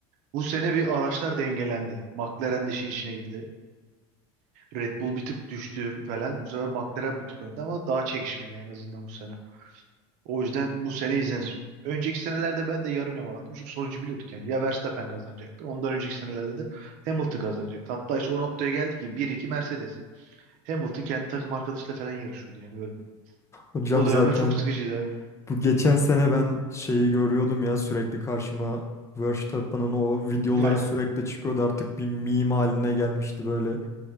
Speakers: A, on the right; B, on the left.
A: Bu sene bir araçlar dengelendi. McLaren de işin içine girdi. Red Bull bir tık düştü falan. Bu sefer McLaren bir tık önde ama daha çekişmeli en azından bu sene. O yüzden bu sene izlenir. Önceki senelerde ben de yarım yamalaktım. Çünkü sonucu biliyorduk yani. Ya Verstappen kazanacaktı. Ondan önceki senelerde de Hamilton kazanacaktı. Hatta işte o noktaya geldi ki bir iki Mercedes. Hamilton kendi takım arkadaşıyla falan yarışıyordu yani öyle.
B: Hocam
A: O dönemler
B: zaten
A: çok sıkıcıydı.
B: bu geçen sene ben şeyi görüyordum ya sürekli karşıma Verstappen'ın o videoları
A: Aynen.
B: sürekli çıkıyordu artık bir meme haline gelmişti böyle.